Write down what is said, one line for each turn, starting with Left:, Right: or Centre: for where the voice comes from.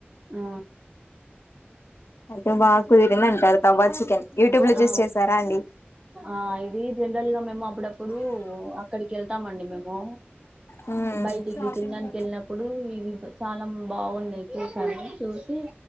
Right: ఆ
Left: అయితే బాగా కుదిరింది అంటారు తవ్వ చికెన్ యూట్యూబ్ లో
Right: ఆ
Left: చూసి చేసారా అండి
Right: ఆ ఇది జనరల్ గా మేము అప్పుడప్పుడు అక్కడికి వెళ్తామండి మేము
Left: షాపింగ్
Right: ఆ బయటికి తిన్నాడానికి వెళ్ళినప్పుడు ఇవి చాలా బాగున్నాయి చూసాను చూసి